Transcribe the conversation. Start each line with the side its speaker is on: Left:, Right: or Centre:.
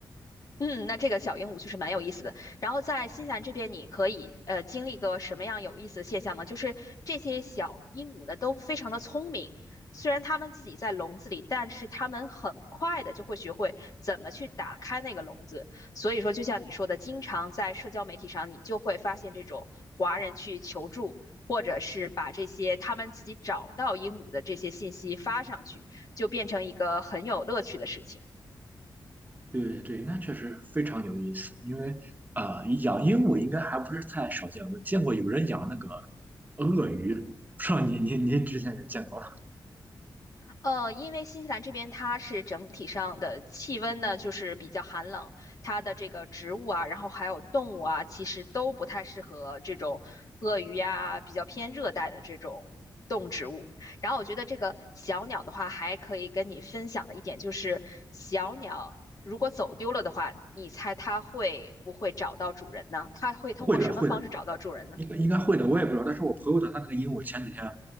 Left: 嗯，那这个小鹦鹉就是蛮有意思的。然后在新西兰这边，你可以呃经历一个什么样有意思的现象呢？就是这些小鹦鹉呢都非常的聪明，虽然它们自己在笼子里，但是它们很快的就会学会怎么去打开那个笼子。所以说，就像你说的，经常在社交媒体上，你就会发现这种华人去求助，或者是把这些他们自己找到鹦鹉的这些信息发上去，就变成一个很有乐趣的事情。
Right: 对对，那确实非常有意思，因为啊、呃养鹦鹉应该还不是太少见，我见过有人养那个鳄鱼，不知道您您您之前有见过吗？
Left: 呃，因为新西兰这边它是整体上的气温呢，就是比较寒冷，它的这个植物啊，然后还有动物啊，其实都不太适合这种鳄鱼呀、比较偏热带的这种动植物。然后我觉得这个小鸟的话，还可以跟你分享的一点就是，小鸟如果走丢了的话，你猜它会不会找到主人呢？它会通过什么方式找到主人呢？
Right: 会的会的，应该应该会的，我也不知道，但是我朋友的他那个鹦鹉前几天